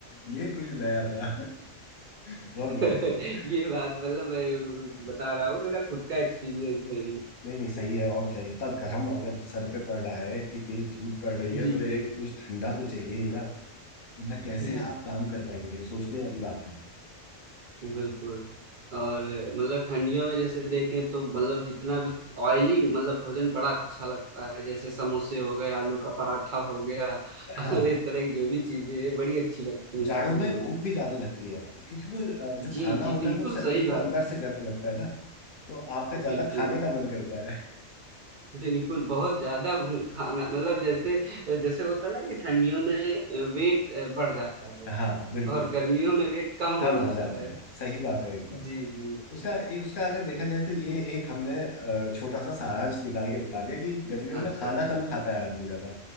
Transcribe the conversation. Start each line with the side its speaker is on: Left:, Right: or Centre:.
Left: ये कुछ नया था <laughs> बहुत बढ़िया
Right: <laughs> ये बात मतलब मैं बता रहा हूँ मेरा खुद का एक्सपीरियंस है ये।
Left: नहीं नहीं सही है और क्या इतना गर्म अगर सर पे पड़ रहा है इतनी तेज धूप पड़ रही है
Right: जी
Left: तो एक
Right: जी
Left: कुछ ठंडा तो चाहिए ही ना वरना कैसे
Right: जी
Left: आप काम कर पाएंगे सोचने वाली बात है
Right: बिल्कुल और मतलब ठंडियों में जैसे देखें तो मतलब जितना भी ऑयली मतलब भोजन बड़ा अच्छा लगता है जैसे समोसे हो गए आलू का पराठा हो गया
Left: हाँ
Right: <laughs> और इस तरह की जो भी चीजें हैं, बड़ी अच्छी लगती है
Left: जाड़ों
Right: ठंडियों
Left: में भूख
Right: में
Left: भी ज्यादा लगती है क्योंकि वो अ, जो
Right: जी
Left: खाना
Right: जी
Left: होता
Right: बिल्कुल
Left: है वो शरीर
Right: सही
Left: को
Right: बात
Left: अंदर
Right: है
Left: से गर्म रखता है ना तो आपका ज्यादा
Right: बिल्कुल
Left: खाने का मन करता है
Right: बिल्कुल बहुत ज्यादा भू- खाना मतलब जैसे जैसे होता है ना कि ठंडियों में वेट बढ़ जाता है
Left: हाँ बिल्कुल
Right: और गर्मियों में वेट कम
Left: कम
Right: हो जाता
Left: हो जाता
Right: है
Left: है सही बात है एकदम
Right: जी जी
Left: उसका ए- उसका अगर देखा जाए तो ये एक हमने अ, छोटा सा सारांश निकाल के बता दिया कि गर्मियों
Right: अच्छा
Left: में खाना
Right: अच्छा
Left: कम खाता है आदमी ज्यादा